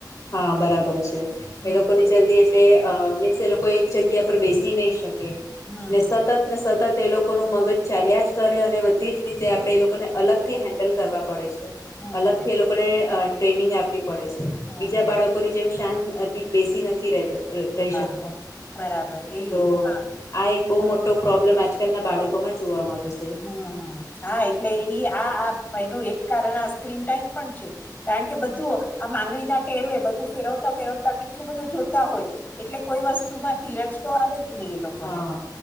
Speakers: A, on the left; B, on the left.
A: હા બરાબર છે,
B: હમ
A: એ લોકોની જલ્દી એટલે અ મીન્સ એ લોકો એક જગ્યા પર બેસી નહીં શકે
B: હમ
A: ને સતત
B: હમ
A: ને સતત એ લોકોનું મગજ ચાલ્યા જ કરે અને બધી જ રીતે આપણે એ લોકોને અલગથી હેન્ડલ કરવા પડે છે.
B: હમ
A: અલગથી એ લોકોને અ ટ્રેનિંગ આપવી પડે છે,
B: હમ
A: બીજા
B: હમ
A: બાળ કોની જેમ શાંત હજી બેસી નથી રેતા રહી
B: હા
A: શકતા
B: હા હા હા બરાબર એ
A: તો
B: હા
A: આ એક બો મોટો પ્રોબ્લેમ આજકાલના બાળકોમાં જોવા મળે છે.
B: હ હ હા એટલે ઈ આ આ એનું એક કારણ આ સ્ક્રીન ટાઈમ પણ છે. કારણ કે બધું આમ આંગળીના ટેરવે બધું ફેરવતા ફેરવતા કેટલું બધું જોતા હોય એટલે કોઈ વસ્તુમાં ધીરજ તો આવે જ ની લોકોને
A: હા